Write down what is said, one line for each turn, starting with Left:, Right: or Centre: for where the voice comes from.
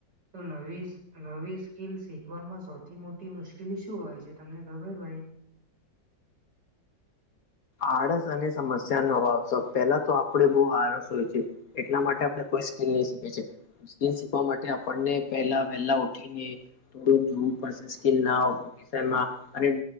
Right: તો નવી નવી સ્કીલ શીખવામાં સૌથી મોટી મુશ્કેલી શું હોય છે તમને ખબર ભાઈ
Left: આળસ અને સમસ્યાનો ભાવ પેલા તો આપડે બહુ આળસ હોય છે એટલા માટે આપણે કોઈ સ્કીલ નહી શીખે છીએ સ્કિલ શીખવા માટે આપણને પેલા વેલા ઉઠીને થોડું જોવું પડશે સ્કીલ ના <unintelligible> મા અને